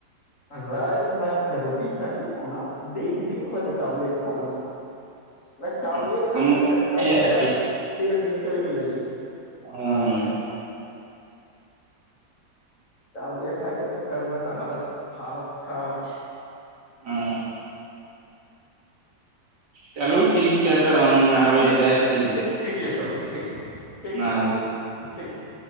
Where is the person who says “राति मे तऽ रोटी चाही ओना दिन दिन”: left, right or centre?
Left